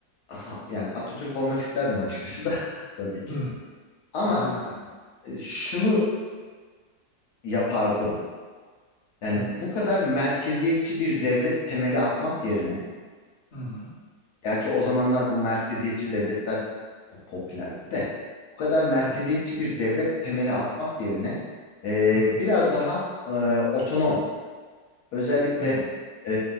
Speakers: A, on the left; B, on the left.
A: aha, yani Atatürk olmak isterdim açıkçası da <laughs> tabii
B: Hı.
A: ki. Ama
B: Hadi bakalım.
A: e, şunu yapardım. Yani
B: Hı.
A: bu kadar merkeziyetçi bir devlet temeli atmak yerine,
B: Hı hı.
A: gerçi o zamanlar bu merkeziyetçi devletler bu popülerdi de, bu kadar merkeziyetçi
B: Hı hı.
A: bir devlet temeli atmak yerine e,
B: Hı hı.
A: biraz daha e, otonom, özellikle
B: Hı
A: e,